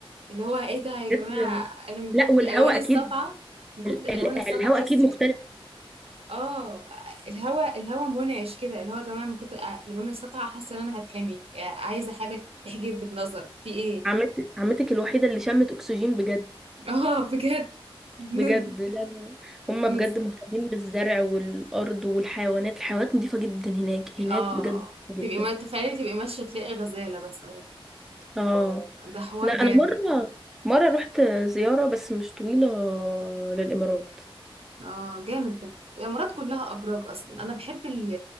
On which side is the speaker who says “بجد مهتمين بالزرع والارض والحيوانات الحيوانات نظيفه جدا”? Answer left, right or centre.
Centre